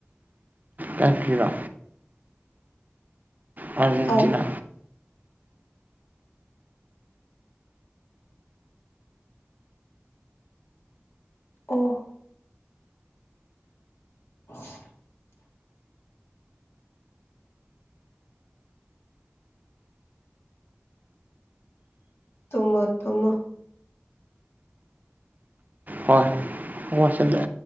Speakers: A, on the right; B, on the left.
A: ꯀꯇꯔꯤꯗ ꯑꯔꯖꯦꯟꯇꯤꯅꯥ
B: ꯑꯧ ꯑꯣ <unintelligible> ꯇꯨꯝꯃꯣ ꯇꯨꯝꯃꯣ
A: ꯍꯣꯏ ꯍꯁꯗ